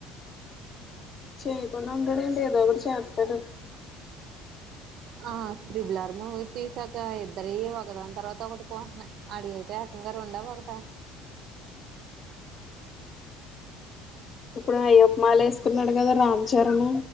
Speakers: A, on the left; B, on the right.
A: చేయకుండా ఉండడండి. ఏదో ఒకటి చేత్తాడు.
B: ఆ త్రిబుల్ఆర్ మూవీ తీసాక ఇద్దరీ ఒకదాని తర్వాత ఒక. <unintelligible> రెండా ఒకటా
A: ఇప్పుడు అయ్యప్ప మాల వేసుకున్నాడు కదా రామ్ చరణ్.